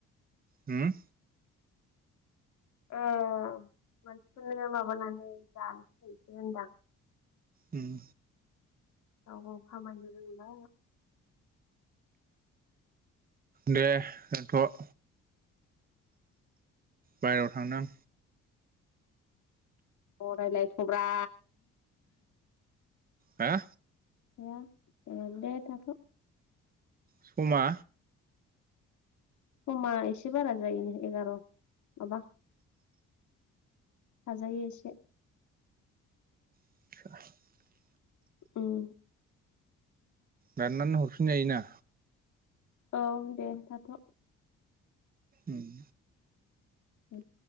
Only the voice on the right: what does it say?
हुम?
उम।
दे दोन्थ'। बायहेरायाव थांनां।
हो।
समा।
<inaudible>
दाननानै हरफिन जायोना।
उम।